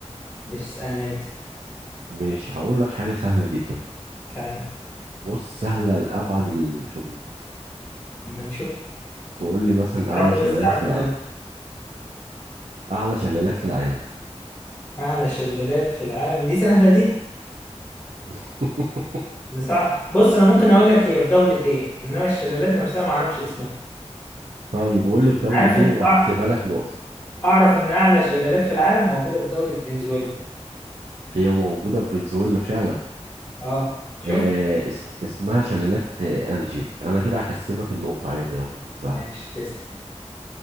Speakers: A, on the left (about 15°); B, on the right (about 75°).
A: مش اسألني انت
B: ماشي هقول لك حاجه سهله جدا بقى
A: تمام
B: بص سهله لابعد الحدود
A: اما نشوف
B: تقول لي مثلا اعلى
A: يا رب
B: شلالات
A: بس اعرف
B: في العالم
A: اجاوب
B: أعلى شلالات في العالم
A: اعلى شلالات في العالم دي سهلة دي
B: <laughs>
A: دي صعب بص انا ممكن اقول لك هي في دولة ايه انما الشلالات نفسها ما اعرفش اسمها
B: طيب قول لي في دولة
A: عارف
B: إيه
A: إن-
B: وأحسبها
A: أع-
B: لك نقطة
A: اعرف ان اعلى شلالات في العالم موجودة في دولة فنزويلا
B: هي موجودة في فنزويلا فعلا
A: اه شوف
B: آه اس اسمها شلالات آه أنجيل أنا كده هكسبك النقطة عادي يا عم ما تزعلش
A: ماشي تسلم